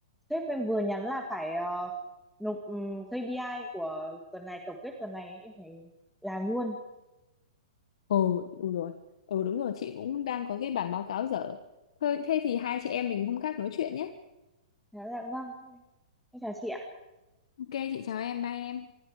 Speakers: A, in the centre; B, on the left (about 65°).
A: Sếp em vừa nhắn là phải ờ, nộp ừm, KPI của tuần này, tổng kết tuần này em phải làm luôn.
B: Ồ, đúng rồi. Ừ đúng rồi, chị cũng đang có cái bản báo cáo dở. Thôi, thế thì hai chị em mình hôm khác nói chuyện nhé.
A: dạ là vâng, em chào chị ạ.
B: Ok chị chào em, bye em.